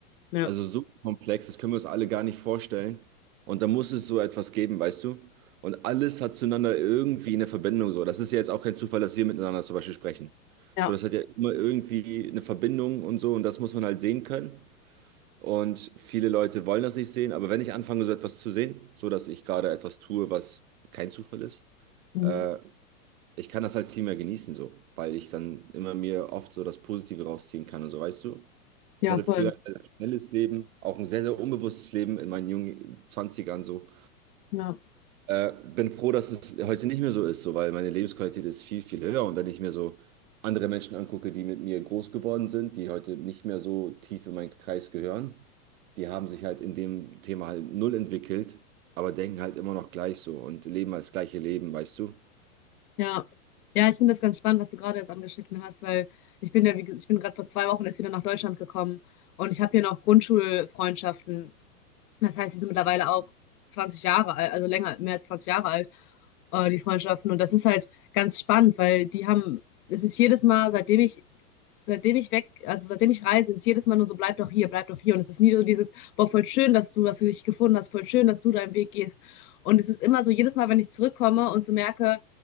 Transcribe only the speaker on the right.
Also so komplex, das können wir uns alle gar nicht vorstellen. Und da muss es so etwas geben, weißt du? Und alles hat zueinander irgendwie eine Verbindung so. Das ist ja jetzt auch kein Zufall, dass wir miteinander zum Beispiel sprechen.
So, das hat ja immer irgendwie eine Verbindung und so. Und das muss man halt sehen können. Und viele Leute wollen das nicht sehen. Aber wenn ich anfange, so etwas zu sehen, so dass ich gerade etwas tue, was kein Zufall ist,
äh, ich kann das halt viel mehr genießen so, weil ich dann immer mir oft so das Positive rausziehen kann und so, weißt du? Ich
hatte
früher ein sehr sehr schnelles Leben, auch ein sehr, sehr unbewusstes Leben in meinen jungen Zwanzigern. so.
Äh, bin froh, dass es heute nicht mehr so ist, so, weil meine Lebensqualität ist viel, viel höher. Und wenn ich mir so andere Menschen angucke, die mit mir groß geworden sind, die heute nicht mehr so tief in meinen Kreis gehören, die haben sich halt in dem Thema halt null entwickelt, aber denken halt immer noch gleich so und leben als gleiche Leben, weißt du?